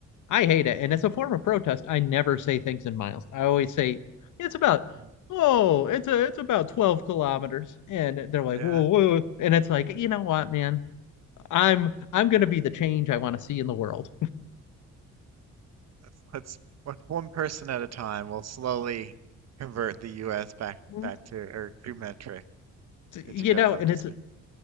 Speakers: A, on the left (about 75°); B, on the right (about 60°).
A: I hate it. And as a form of protest, I never say things in miles. I always say it's about
B: Mm,
A: oh, it's a it's about 12 kilometers. And they're like,
B: Yeah,
A: whoa, whoa. And it's like, you know what, man? I'm I'm gonna be the change I want to see in the world.
B: let's let's one one person at a time. We'll slowly convert the U.S. back
A: <laughs>
B: back to or to metric.
A: You
B: Get you guys
A: know,
B: up
A: and
B: to
A: it's
B: speed.